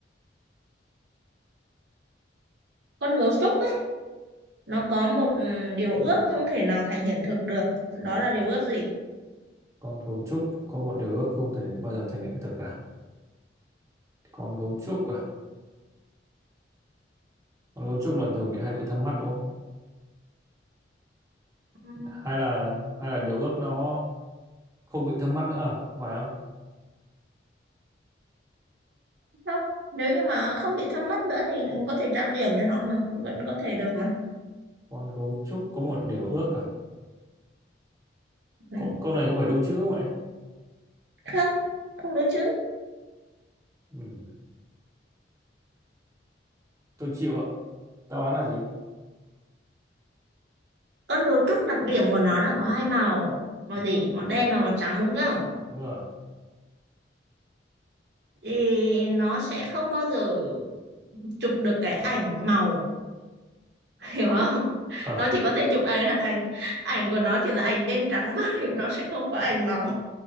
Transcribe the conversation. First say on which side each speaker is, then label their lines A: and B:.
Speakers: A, on the right (about 65°); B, on the right (about 15°).
A: con gấu trúc ấy nó có một ừ, điều ước không thể nào thành hiện thực được đó là điều ước gì
B: con gấu trúc có một điều ước không thể bao giờ thành hiện thực cả con gấu trúc à con gấu trúc là thường bị hay bị thâm mắt đúng không
A: Ừ.
B: hay là hay là điều ước nó không bị thâm mắt nữa à Không phải không
A: không nếu như mà không bị thâm mắt nữa thì có thể trang điểm cho nó mà vẫn có thể được mà
B: con gấu trúc có một điều ước à
A: ừ.
B: Cô- câu này có phải đố chữ không vậy
A: không không đúng chứ
B: ừ. tôi chịu ạ đáp án là gì
A: con gấu trúc đặc điểm của nó là có hai màu màu
B: ừ.
A: gì màu đen và màu trắng đúng không
B: đúng rồi
A: thì nó sẽ không bao giờ chụp được cái ảnh màu <laughs> hiểu không
B: Khờ.
A: nó chỉ có thể chụp ảnh ảnh ảnh của nó chỉ là ảnh đen trắng thôi <laughs> nó sẽ không có ảnh màu